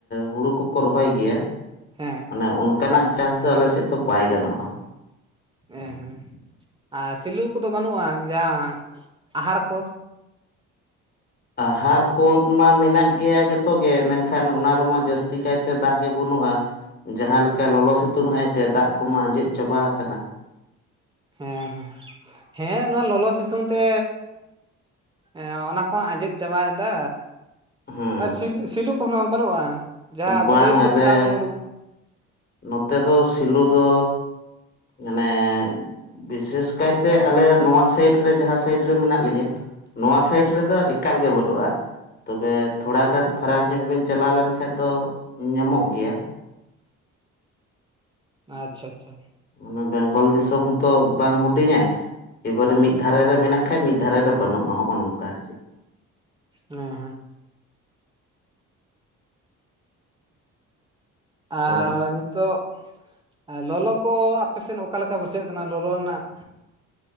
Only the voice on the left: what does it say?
ᱦᱩᱲᱩ ᱠᱚᱠᱚ ᱨᱚᱦᱚᱭ ᱜᱮᱭᱟ
ᱚᱱᱮ ᱚᱱᱠᱟᱱᱟᱜ ᱪᱟᱥ ᱫᱚ ᱟᱞᱮ ᱥᱮᱫ ᱫᱚ ᱵᱟᱭ ᱜᱟᱱᱚᱜᱼᱟ
ᱟᱦᱟᱨ ᱠᱚ ᱢᱟ ᱢᱮᱱᱟᱜ ᱜᱮᱭᱟ ᱡᱚᱛᱚᱜ ᱜᱮ ᱢᱮᱱᱠᱷᱟᱱ ᱚᱱᱟ ᱨᱮᱢᱟ ᱡᱟᱹᱥᱛᱤ ᱠᱟᱭᱛᱮ ᱫᱟᱜ ᱜᱮ ᱵᱟᱹᱱᱩᱜ ᱟ ᱡᱟᱦᱟᱸ ᱞᱮᱠᱟ ᱞᱚᱞᱚ ᱥᱤᱛᱩᱝ ᱟᱭ ᱥᱮ ᱫᱟᱜ ᱠᱚᱢᱟ ᱟᱸᱡᱮᱫ ᱪᱟᱵᱟ ᱟᱠᱟᱱᱟ
ᱦᱮᱸ
ᱵᱟᱝ
ᱟᱞᱮ
ᱱᱚᱛᱮ ᱫᱚ ᱥᱤᱞᱩ ᱫᱚ ᱢᱟᱱᱮ ᱵᱤᱥᱮᱥ ᱠᱟᱭᱛᱮ ᱟᱞᱮ ᱱᱚᱣᱟ ᱥᱟᱭᱤᱰ ᱨᱮ ᱡᱟᱦᱟᱸ ᱥᱟᱭᱤᱰ ᱨᱮ ᱢᱮᱱᱟᱜ ᱞᱤᱧᱟᱹ ᱱᱚᱣᱟ ᱥᱟᱭᱤᱰ ᱨᱮᱫᱚ ᱮ ᱮᱠᱟᱞ ᱜᱮ ᱵᱟᱹᱴᱩᱜᱼᱟ ᱛᱚᱵᱮ ᱛᱷᱚᱲᱟᱜᱟᱱ ᱯᱷᱟᱨᱟᱠ ᱧᱚᱜ ᱵᱮᱱ ᱪᱟᱞᱟᱣ ᱞᱮᱱᱠᱷᱟᱡ ᱫᱚ ᱧᱟᱢᱚᱜ ᱜᱮᱭᱟ
ᱢᱟᱱᱮ ᱵᱮᱝᱜᱚᱞ ᱫᱤᱥᱚᱢ ᱦᱚᱸᱛᱚ ᱵᱟᱝ ᱦᱩᱰᱤᱧᱟ ᱮᱵᱟᱨᱮ ᱢᱤᱫ ᱫᱷᱟᱨᱮ ᱨᱮ ᱢᱮᱱᱟᱜ ᱠᱷᱟᱱᱡ ᱢᱤᱫ ᱫᱷᱟᱨᱮ ᱨᱮ ᱵᱟᱹᱱᱩᱜᱼᱟ ᱦᱚᱸᱜᱼᱚ ᱱᱚᱝᱠᱟ ᱟᱨᱠᱤ
ᱛᱚ